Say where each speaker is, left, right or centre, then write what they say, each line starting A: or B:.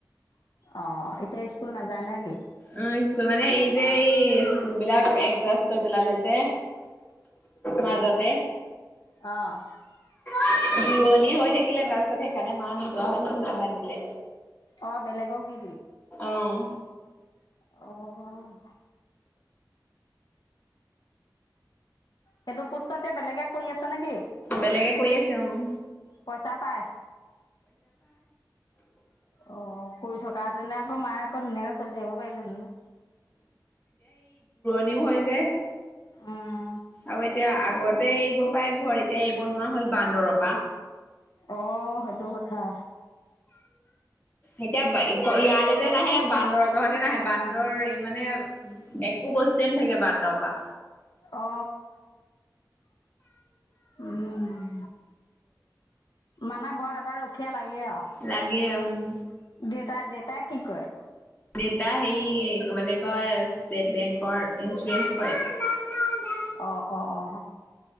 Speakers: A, on the left; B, on the left.
A: অ এতিয়া স্কুল নাযায় না কি
B: উম স্কুল মানে এই যে এই স্কুল বিলাক এডজাষ্ট কৰি পেলালে যে মাজতে
A: অঁহ
B: ৰোৱনি হৈ থাকিলে তাৰপিছত সেইকাৰণে মা নোযোৱা হৈ থাকিলে দিলে।
A: অ বেলেগক দি
B: অহ
A: অহ কিন্তু পুষ্টা এতিয়া বেলেগে কৰি আছে নেকি?
B: বেলেগে কৰি আছে উম
A: পইচা পায় অ কৰি থকাতেনে আকৌ মায়ে কত ধুনীয়াকে চলি থাকিব পাৰিলে মানে
B: বিহু হয় যে
A: অহ
B: আৰু এতিয়া আগত আগতে এৰিপায় ঘৰ এতিয়া এৰিব নোৱাৰা হ'ল বান্দৰৰ পৰা
A: অ সেইটো কথা
B: এতিয়া বাৰী ইয়ালেকে আহে বান্দৰৰ জহাতে নাহে বান্দৰ এই মানে একো বস্তুৱে নাথাকে বান্দৰৰ পৰা
A: অ উম মানে ঘৰত এটা ৰখীয়া লাগে আৰু
B: লাগে উম।
A: দেতা দে তাক কি কয়
B: দেতা হেৰি কি বুলি কয়, ষ্টেট বেংকৰ ইঞ্চুৰেঞ্চ কৰে।
A: অঁ-ঁঅ